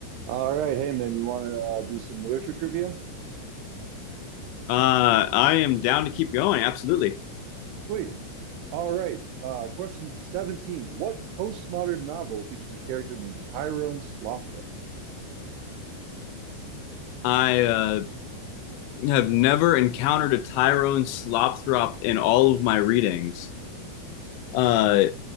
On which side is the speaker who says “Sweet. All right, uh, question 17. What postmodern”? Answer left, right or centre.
Right